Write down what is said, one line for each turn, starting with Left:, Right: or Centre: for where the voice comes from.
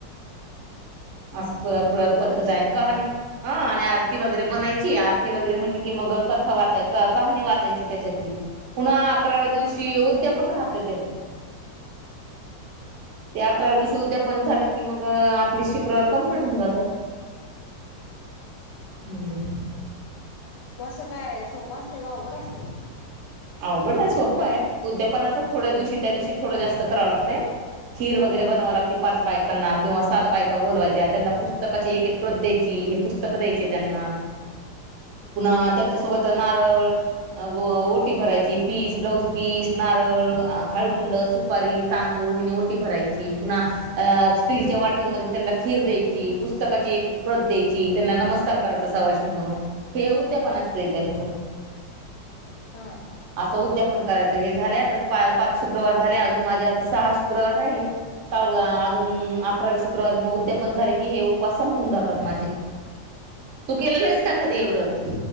Right: अस <unintelligible> पद्धताय
Left: एवढंच असतंय
Right: आणि कहानी हा आणि आर ती वगैरे म्हणायची, आरती वगैरे म्हणली की मग कथा वाचाय, क कहाणी वाचायची त्याच्यातली, पुन्हा अकराव्या दिवशी उद्या पण राहतय त्याच ते अकराव्या
Left: हा
Right: दिवशी उद्यापन झाले कि मग आपली शुक्रवार कम्प्लीट होऊन जातात. हम्म.
Left: उपवास काय सोपा असतय वय अवघड असते.
Right: अवघड नाही सोपं आय, उद्यापनाच थोड्या दिवशी त्या दिवशी थोडं जास्त करावं लागतंय. खीर वगैरे
Left: हा
Right: बनवाव लागती, पाच बाय् कांना किंवा सात बायका बोलवायच्या, त्यांना पुस्तकाची एक एक प्रत द्यायची, हे पुस्तकं द्यायचे त्यांना
Left: ह
Right: पुन्हा त्याच्या सोबत अ नारळ अ गो ओ टी भरायची, पीस, ब्लाऊज पीस, नारळ, हळकुंड सुपारी, तांदूळ हिने ओटी भराय ची पुन्हा अ स्टीलच्या वाटींमध्ये त्यांनला खीर द्यायची, पुस्तकाची एक एक प्रत द्यायची, <unintelligible> त्यांना नमस्कार कराचा सवासणी म्हणून, हे उद्यापनाचेय त्यांचं
Left: हा.
Right: असं उद्यापन करायचं, हे झाले आता पा पाच शुक्रवार झाले, अजून माझे आता सहा शुक्रवार राहिले. सव्वा अजून अकराव्या शुक्रवारी मग उद्यापन झाले की हे उपास संपून जातात माझे तू केलेलं आहेस का कधी हे व्रत?